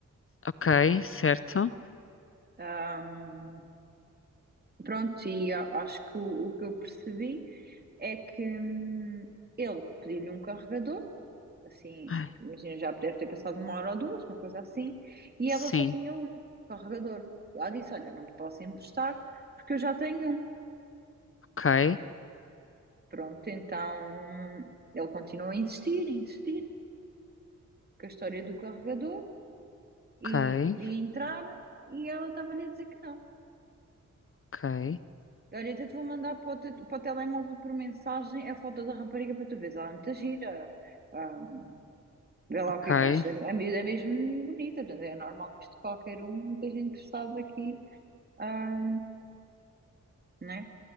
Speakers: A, on the left; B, on the right.
A: Ok, certo.
B: Ahm, pronto, e a- acho que o, o que eu percebi é que hum, ele pediu-lhe um carregador, assim,
A: Ai,
B: imagina, já deve ter passado uma hora ou duas, uma coisa assim, e
A: sim.
B: ela só tinha um carregador. Ela disse: Olha, não te posso emprestar porque eu já tenho um.
A: Ok,
B: Pronto, então hum, ele continuou a insistir, a insistir, com a história do carregador. e
A: ok,
B: queria entrar e ela estava-lhe a dizer que não.
A: ok,
B: Olha, até te vou mandar para o, te- para o telemóvel por mensagem a foto da rapariga para tu veres. Ela é muito gira. Ah, vê lá
A: ok.
B: o que é que acha. A miúda é mesmo bonita, portanto é normal que isto qualquer um esteja interessado aqui. Ah, né?